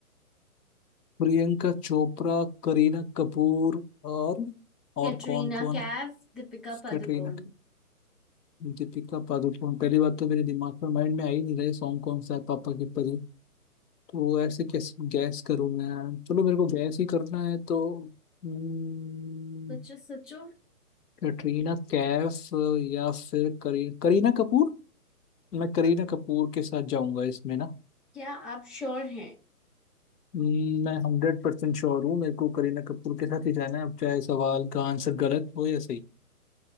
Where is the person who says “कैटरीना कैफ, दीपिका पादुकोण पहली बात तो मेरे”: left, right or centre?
Left